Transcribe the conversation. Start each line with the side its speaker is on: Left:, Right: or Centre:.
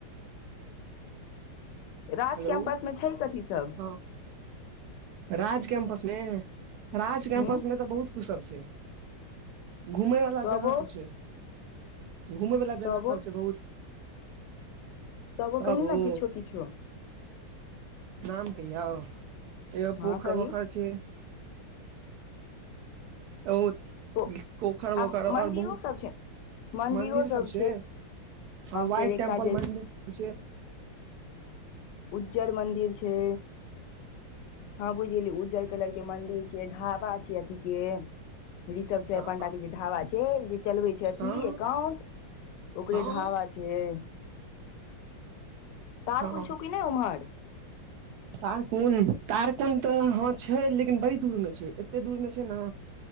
Left: राज
Right: हेलो
Left: कैम्पसमे छै, कथि सभ।
Right: हँ राज कैम्पसमे राज कैम्पसमे
Left: हूँ
Right: तऽ बहुत। क सभ छै, घुमेय वाला
Left: तबो
Right: जगह तऽ छै। घुमय वला
Left: तबो
Right: जगह सभ छै, बहुत।
Left: तबो
Right: तब
Left: कही ने
Right: ओ
Left: किछो किछो।
Right: नाम कहि एगो
Left: हँ
Right: पोखर
Left: कही
Right: वखर छै। ओ,
Left: आ
Right: कखर वखर आओर
Left: मन्दिरो
Right: बहुत।
Left: सब छै मन्दिरो
Right: मंदिर
Left: सब
Right: सभ छै, हँ व्हाइट
Left: फेर एकटा
Right: टेम्पल
Left: जे
Right: मंदिर। पझ
Left: उज्जर मन्दिर छै। हँ, बुझी उज्जर कलरके मंदिर छै, ढाबा छै, अथि के। ऋषभ चाय
Right: हँ
Left: पांडाके जे ढाबा छै, जे चलवे छै अथि
Right: हँ
Left: एकाउंट ओकरे
Right: हँ
Left: ढाबा छै। तार कोन
Right: हँ
Left: छौ कि नहि उम्हर?
Right: तारकुन तारकुन तऽ हँ छै, लेकिन बड़ी दूरमे छै, एते दूरमे छै ने